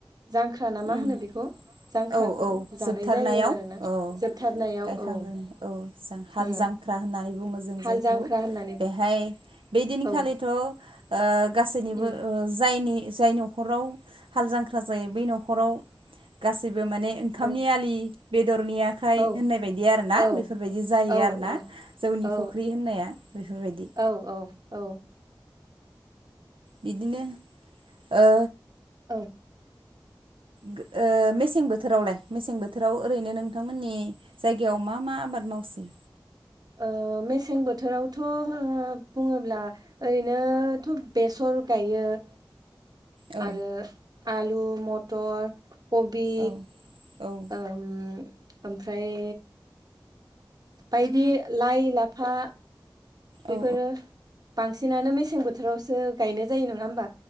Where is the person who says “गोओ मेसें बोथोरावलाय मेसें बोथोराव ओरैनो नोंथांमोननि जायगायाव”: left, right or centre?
Right